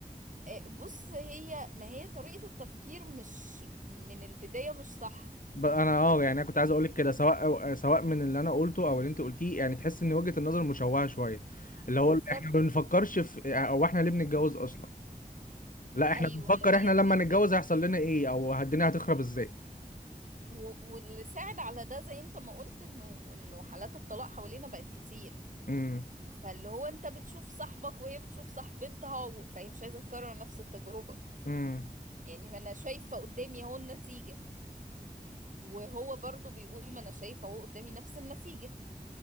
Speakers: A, on the right; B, on the left.
A: آه، بص هي ما هي طريقة التفكير مش من البداية مش صح
B: ب- انا اه يعني انا كنت عايز اقول لك كده سواء أو... سواء من اللي انا قلته او اللي انت قلتيه يعني تحس ان وجهة النظر مشوهة شوية اللي
A: بالظبط
B: هو احنا ما بنفكرش في او احنا ليه بنتجوز اصلا لا احنا
A: أيوة
B: بنفكر
A: هي
B: احنا لما
A: دي الفكرة
B: نتجوز هيحصل لنا ايه او الدنيا هتخرب ازاي
A: و- واللي ساعد على ده زي انت ما قلت انه انه حالات الطلاق حوالينا بقت كتير
B: امم
A: فاللي هو انت بتشوف صاحبك وهي بتشوف صاحبتها و... فهي مش عايزة تكرر نفس التجربة
B: امم
A: يعني ما انا شايفة قدامي اهو النتيجة وهو برضو بيقول ما انا شايفة اهو قدامي نفس النتيجة